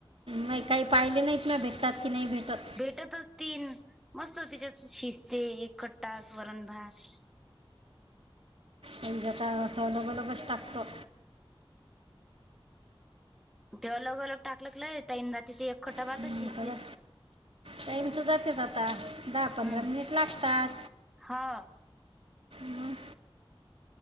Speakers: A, on the right; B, in the centre.
A: म काही पाहिले नाहीत म भेटतात की नाही भेटात
B: भेटत असतील मस्त तिच्या शिस्ते एक खट्टा स् वरणभात
A: म्हणजे का सलगोलगच टाकतो
B: ते अलग अलग टाकल क ल टाईम ज तिथे एक खटा बहात
A: हं,
B: श
A: थोडं टाईम तर जातेच आता दहा पंधरा
B: हम्म
A: मिनिटं लागतात
B: हा
A: हं.